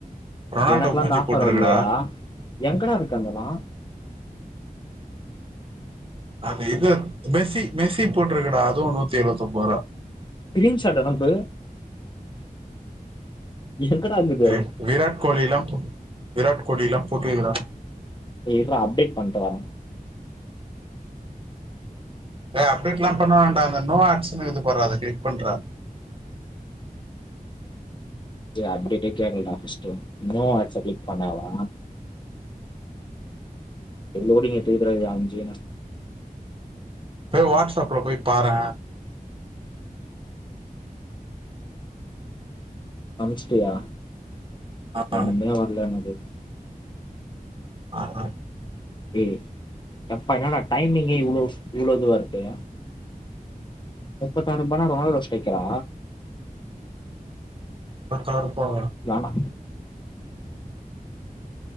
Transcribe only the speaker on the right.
ரொனால்டோ
மூஞ்சி
போட்ருக்குடா
அது இது மெஸ்ஸி மெஸ்ஸி போட்டருக்கடா அதுவு நூத்தி எழுவத்தொன்பதுருபா
டேய் விராட் கோலிலா போ விராட் கோலிலா போட்ருக்குடா
டேய் அப்டேட்லா பண்ண வேண்டா அந்த நோ ஆக்ஸுனு இருக்குது பார்றா அத க்ளிக் பண்றா
போய் வாட்ஸப்ல போய் பாறே
ஆ,
ஆ ஹா
பத்தாருப்பா